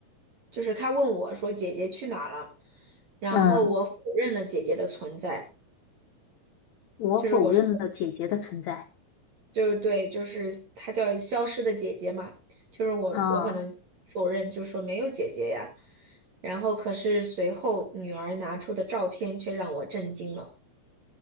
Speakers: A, on the right; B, on the left.
A: 就是她问我说姐姐去哪儿了，然后我否认了姐姐的存在，
B: 嗯，我否认了姐姐的存在。
A: 就是我说，就是对，就是她叫消失的姐姐嘛，就是我我可能否认，
B: 啊，
A: 就说没有姐姐呀，然后可是随后女儿拿出的照片却让我震惊了，